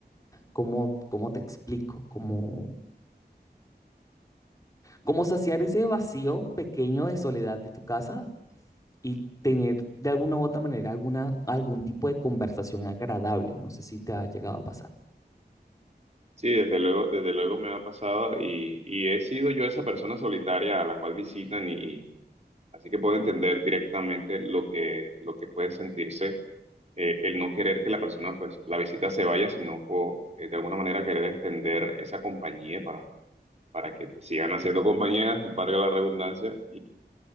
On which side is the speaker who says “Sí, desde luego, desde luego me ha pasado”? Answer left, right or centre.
Right